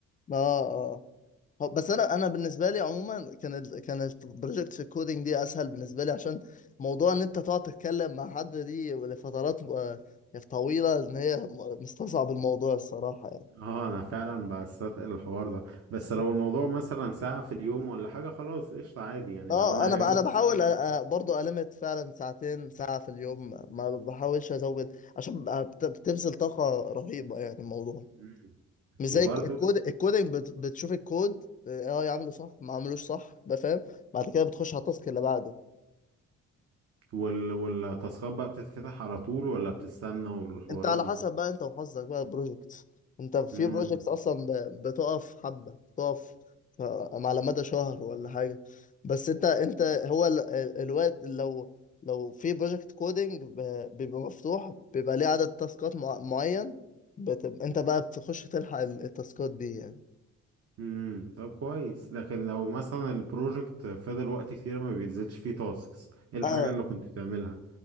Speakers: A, on the left; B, on the right.
A: اه اه هو- بس انا انا بالنسبه لي عموما كان ال- كانت بروجكت الكودينج دي اسهل بالنسبه لي عشان موضوع ان انت تقعد تتكلم مع حد دي لفترات آه، طويله ان هي م- مستصعب الموضوع الصراحه
B: اه انا فعلا بستثقل الحوار ده بس
A: يعني
B: لو الموضوع مثلا ساعه في اليوم ولا حاجه خلاص قشطه عادي يعني
A: اه
B: لو انا
A: انا
B: رايق
A: ب... انا بحاول
B: ممكن
A: أ-
B: أعمل.
A: أ- برضو ألمت فعلا ساعتين ساعة في اليوم ما بحاولش ازود عشان ب- بت- بتبذل طاقة رهيبة يعني الموضوع
B: مم.
A: مش زي
B: وبرضه
A: الك- الكود الكودينج بت... بتشوف الكود اه آه، يعمله صح ما عملوش صح بقى فاهم بعد كده بتخش على التاسك اللي بعده
B: وال... والتاسكات بقى بتتفتح على طول ولا بتستنى والحوارات
A: انت على
B: دي
A: حسب بقى انت وحظك بقى البروجكت انت في
B: امم
A: بروجكت اصلا ب- بتقف حبة بتقف ف- على مدى شهر ولا حاجة بس انت انت هو ال- ال- الوقت لو لو في بروجكت كودينج بيبقى مفتوح بيبقى ليه عدد تاسكات مع- معين بتبقى انت بقى بتخش تلحق ال- التاسكات دي يعني
B: امم طب كويس لكن لو مثلا البروجكت فضل وقت كتير ما بينزلش فيه تاسكس ايه الحاجة
A: اه
B: اللي كنت بتعملها